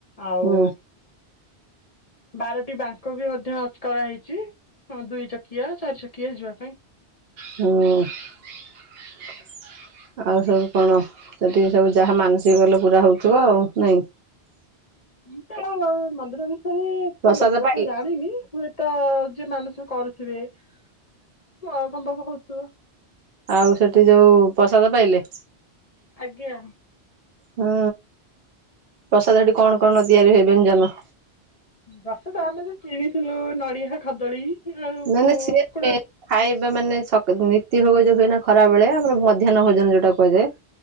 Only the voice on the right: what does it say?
ହୁଁ
ହୁଁ <inaudible> ଆଉ ସବୁ କଣ, ସେଠି ସବୁ ଯାହା ମାନସିକ କଲେ ପୁରା ହେଉଥିବ ଆଉ ନାଇଁ?
ପ୍ରସାଦ
ପାଇଲେ
ଆଉ ସେଠି ଯୋଉ ପ୍ରସାଦ ପାଇଲେ?
ହୁଁ, ପ୍ରସାଦ ହେଠି କଣ କଣ ତିଆରି ହୁଏ ବ୍ୟଞ୍ଜନ?
<unintelligible>
ଖାଇବା ମାନେ ସ ନୀତି ଭୋଗ ଯୋଉ ହୁଏ ନା ଖରାବେଳେ, ଆମର ମଧ୍ୟାହ୍ନ ଭୋଜନ ଯୋଉଟା କୁହାଯାଏ।